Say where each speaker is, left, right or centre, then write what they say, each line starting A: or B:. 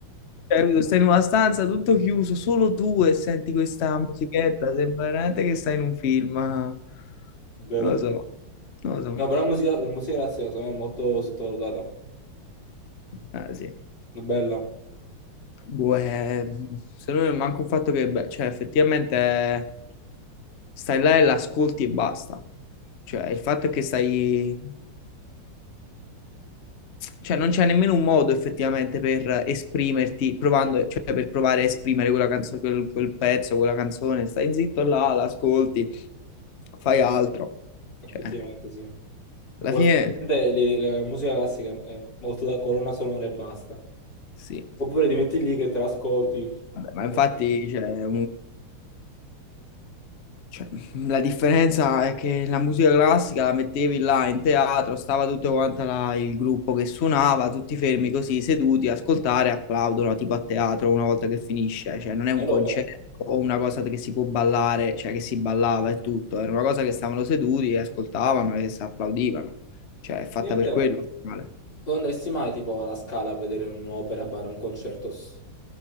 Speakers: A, on the left; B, on the left.
A: Cioè, capito? stai in una stanza tutto chiuso, solo tu e senti questa musichetta, sembra veramente che stai in un film. Non
B: Vero.
A: lo so, non lo so.
B: No, però la musica, la musica classica secondo me è molto sottovalutata.
A: Ah, sì.
B: È Bella,
A: Boh, è- secondo me manca un fatto che, beh, cioè, effettivamente eh, stai là e l'ascolti e basta. Cioè, il fatto è che stai... Cioè, non c'è nemmeno un modo effettivamente per esprimerti, provando, cioè, per provare a esprimere quella canzone, quel, quel pezzo, quella canzone. Stai zitto là, l'ascolti, fai altro.
B: effettivamente
A: Cioè,
B: sì.
A: alla
B: Poi
A: fine,
B: effettivamente li- la, musica classica è molto da colonna sonora e basta.
A: sì.
B: Oppure ti metti lì che te l'ascolti.
A: Vabbè, ma infatti,
B: e-
A: cioè, Cioè, la differenza è che la musica classica la mettevi là in teatro, stava tutto quanto là il gruppo che suonava, tutti fermi così, seduti, a ascoltare, applaudono tipo a teatro una volta che finisce, cioè non è
B: È
A: un
B: l'opera.
A: concerto o una cosa che si può ballare, cioè che si ballava e tutto, era una cosa che stavano seduti e ascoltavano e si applaudivano, cioè è fatta
B: Ovviamente
A: per quello. Male.
B: tu andresti mai tipo alla Scala a vedere un'opera, bar, un concerto? S-